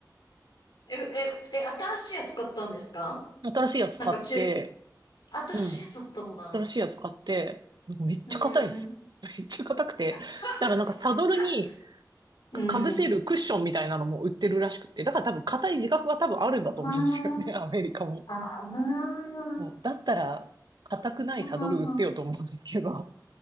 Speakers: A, on the left; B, on the right.
A: え、え、え、新しいやつ買ったんですか
B: 新しいやつ買って、
A: なんか中、新しいやつだったんだ。
B: うん。新しいやつ買って、めっちゃ硬いんですよ。
A: うん。うん。
B: <laughs> めっちゃ硬くて。
A: <laughs>
B: だからなんかサドルに
A: うん。
B: かぶせるクッションみたいなのも売ってるらしくて。だから多分硬い自覚が多分あるんだと思うんですよね。
A: あー
B: <laughs> アメリカも。
A: ああー、
B: もうだったら、硬くないサドル売ってよと思うんですけど。
A: <laughs> ふはは、